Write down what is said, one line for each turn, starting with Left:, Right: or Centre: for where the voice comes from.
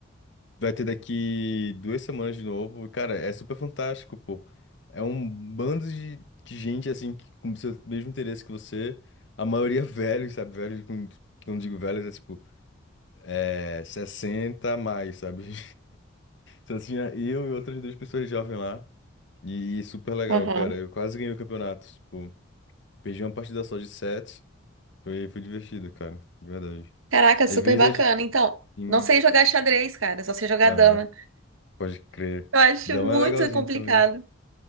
Left: vai ter daqui duas semanas de novo. E, Cara, é super fantástico, pô. É um bando de, de gente, assim, que, com o seu mesmo interesse que você. A maioria <laughs> velhos, sabe? Velhos, com- quando digo velhos, é tipo. É, 60 a mais, sabe? <laughs> Só tinha eu e outras duas pessoas jovens lá. E super legal,
Right: Aham.
Left: cara. Eu quase ganhei o campeonato. Tipo, perdi uma partida só de sete. Foi, foi divertido, cara. De verdade.
Right: Caraca,
Left: Às
Right: super
Left: vezes.
Right: bacana. Então,
Left: Sim,
Right: não sei jogar xadrez, cara, só sei jogar
Left: aham,
Right: dama.
Left: pode crer.
Right: Eu acho
Left: Dama
Right: muito
Left: é legalzinho
Right: complicado.
Left: também.